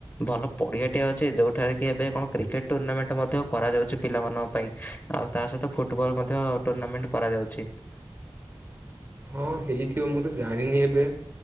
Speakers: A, on the left (about 20°); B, on the right (about 25°).
A: ଭଲ ପଡ଼ିଆଟେ ଅଛି ଜୋଉଠାରେ କି ଏବେ କଣ କ୍ରିକେଟ ଟୁର୍ଣ୍ଣାମେଣ୍ଟ ମଧ୍ୟ କରାଯାଉଛି ପିଲାମାନଙ୍କ ପାଇଁ। ଆଉ ତା ସହିତ ଫୁଟବଲ୍ ମଧ୍ୟ ଟୁର୍ଣ୍ଣାମେଣ୍ଟ କରାଯାଉଛି।
B: ହଁ ହେଇଥିବ ମୁଁ ତ ଜାଣିନି ଏବେ